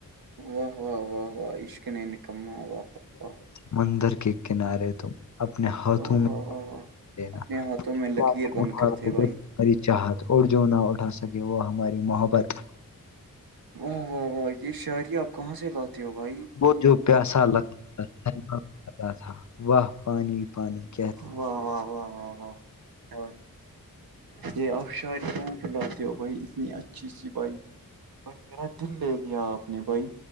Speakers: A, on the right (about 80°); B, on the left (about 55°).
A: و و و واہ اشک نے نکم و و و و
B: مندر کے کنارے تم اپنے ہاتھوں
A: واہ
B: میں
A: واہ واہ واہ
B: دینا
A: اپنے ہاتھوں میں لکیر
B: ہماری
A: بن کر تھے بھائی
B: چاہت اور جو نہ اٹھا سکے وہ ہماری محبت
A: واہ واہ واہ یہ شاعری آپ کہاں سے لاتے دیو بھئی
B: وہ جو پیاسا لگتا تھاتا تھا وہاہ پانی پانی کہ
A: و و و و واز یہ آپ شاعید کہاں کھلاتے ہو بھائی اتنی اچھی سی بائی بائی میرا دل لے لیا آپ نے بھائی